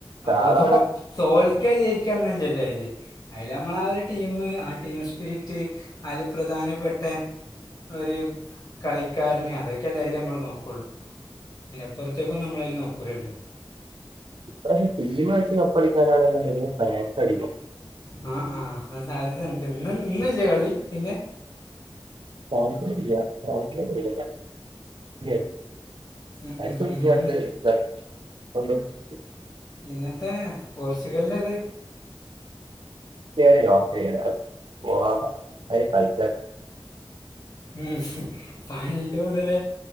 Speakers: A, on the left (about 45°); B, on the right (about 70°).
A: അപ്പൊ
B: കാണാം
A: തോ തോൽക്കാ ജയിക്കന്നില്ലല്ലോ അയില്. അതില് നമ്മൾ ആ ഒരു ടീം ആ ടീം സ്പിരിറ്റ് അതില് പ്രധാനപ്പെട്ട. ഒരു കളിക്കാരനെ അതൊക്കെല്ലൊ അതിൽ നമ്മള് നോക്കുള്ളൂ. ഇലപ്പുറത്തേക്കോന്നും നമ്മള് അയില്നോക്കുല്ലല്ലോ.
B: ഇപ്രശം ടീമ് അടിച് കപ്പ് അടിക്കാനാണ് ഉണ്ടെങ്കിൽ. ഫ്രാൻസ് അടിക്കും.
A: ആഹ ആഹ് അ സാധ്യത ഉണ്ട് ഇന്ന് ഇന്ന് ഇല്ലേ കളി പിന്നെ
B: <unintelligible> ല്ലേ
A: ഉം,
B: <unintelligible>
A: ഉം,
B: ഇനി അടുത്തത്
A: ഉം.
B: ഇതണ് <unintelligible>
A: ഇന്നത്തെ പോർച്ചുഗലിന്റേത്.
B: <unintelligible>
A: ഇസ് പണ്ട് മുതലേ